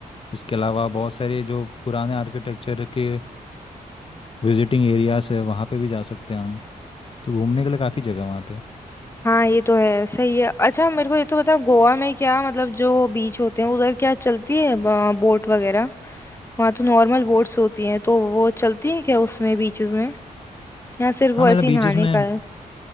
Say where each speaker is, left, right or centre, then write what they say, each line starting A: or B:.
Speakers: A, on the left; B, on the left.
A: इसके अलावा बहुत सारे जो पुराने आर्किटेक्चर के विजिटिंग एरियाज है वहाँ पे भी जा सकते हैं हम तो घूमने के लिए काफ़ी जगह है वहाँ पे
B: हाँ ये तो है सही है अच्छा मेरे को ये तो बता गोवा में क्या मतलब जो बीच होते हैं उधर क्या चलती है बोट वगैरह वहाँ तो नॉर्मल बोट्स होती हैं तो वो चलती है क्या उसमें बीचेस में या सिर्फ वो
A: हाँ मतलब
B: ऐसे
A: बीचेस
B: ही नहाने
A: में
B: का है